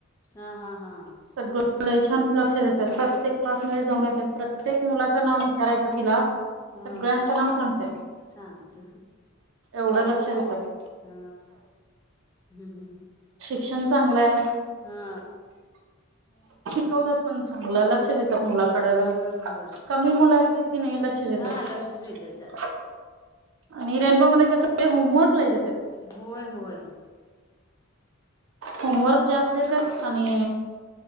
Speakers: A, on the left; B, on the right.
A: हा हा हा
B: सगळ लई छान लक्ष देतात प्रत्येक क्लासमध्ये जाऊन येतात प्रत्येक मुलाचं नाव विचारायचं तिला
A: हा
B: सगळ्यांचं नाव सांगतेय
A: सांच
B: एवढं लक्ष देतात
A: हा हम्म हम्म हम्
B: फॲशन चांगलं आहे
A: हा
B: वतात पण चांगलं लक्ष द मुलाकड
A: होय होय
B: कमी मुलं असली की नाही लक्ष देतात
A: हा लक्ष जास्त
B: आणि रेनबो मध्ये कस होमवर्क लायत त्या
A: होय होय्
B: होमवर्क जास्त येत आणि